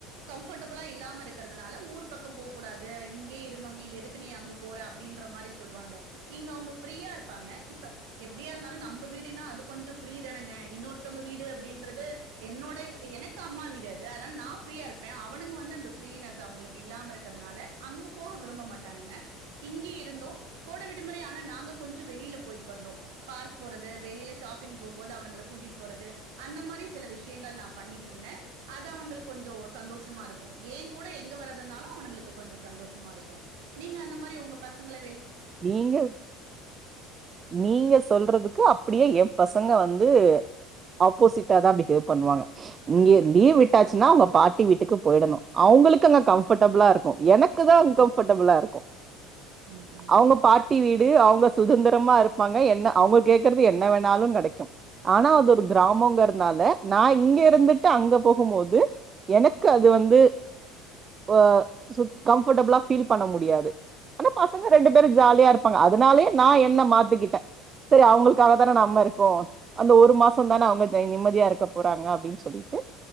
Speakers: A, on the right; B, on the right.
A: கம்ஃபர்டபிள்ள இல்லாம இருக்கிறது அதனால ஊரு பக்கம் போக கூடாது இங்கே இரு மம்மி எதுக்கு அங்க போர அப்டின்ற மாரி சொல்லுவாங்க இங்க அவங்க ஃபிரியா இருப்பாக இப்ப எப்பிடியாருந்தாலு நம்ம வீடுனா அது கொஞ்ச ஃபிரிதானங்க இனனேர்தங்க வீடு அப்டின்றது என்னோடைய எனக்கு அம்மா வீடு நா ஃபிரியா இருப்ப அவனுங்க அந்த ஃபினஸ் அவங்களுக்கு இல்லாம இருக்கிறதுனால அங்க போக விரும்ப மாட்டனுங்க இங்க இருந்து கோடை விடுமுறைன கொஞ்ச வெளியில போயி வந்தோ பார்க் போறது வெளியிலா ஷாப்பிங் போம்து அவனுங்கள கூட்டிட்டு போறது அந்த மாரி சில விஷயங்கள் நான் பண்ணட்டு இருந்த அது அவனுங்களுக்கு கொஞ்ச சந்தோஷமா இருக்கு என் கூட எங்க வரதுனாலு அவனுங்களுக்கு கொஞ்ச சந்தோஷமா இருக்கு நீங்க அந்த மாரி உங்க பசங்கள
B: நீங்க நீங்க சொல்றதுக்கு அப்டியே என் பச சங்க வந்து ஆப்போசிட்டா தா பிஹேவ் பண்ணுவாங்க இங்கே
A: ம்
B: லீவ் விட்டா ச்சுனா அவங்க பாட்டி வீட்டுக்கு போயிடணு அவங்களுக்கு அங்க கம்ஃபர்டபுளா இருக்கு எனக்கு தா அன்கம்ஃபர்டபிள இருக்கு
A: ம்
B: அவங்க
A: ம்
B: பாட்டி வீ டு அவங்க சுதந்திரமா இருப்பாங்க என்ன அவங்க கேக்கறது என்ன வேணாலு கெடைக்கு ஆனா அது ஒரு கிராமோங்கறனால நா இங்க இருந்துட்டு அங்க போகும்போது எனக்கு அது வந்து அ சுத் கம்ஃபோர்டபுளா ஃபீல் பண்ண முடியாது ஆனா பசங்க ரெண்டு பேரும் ஜாலியா இருப்பாங்க அதனாலே நா என்ன மாத்துக்கிட்டேன் செரி அவங்களுக்காக தான நம்ம இருக்கோம் அந்த ஒரு மாசம் தானே அவங்க தே நிம்மதியா இருக்க போறாங்க அப்டின்னு சொல்லிட்டு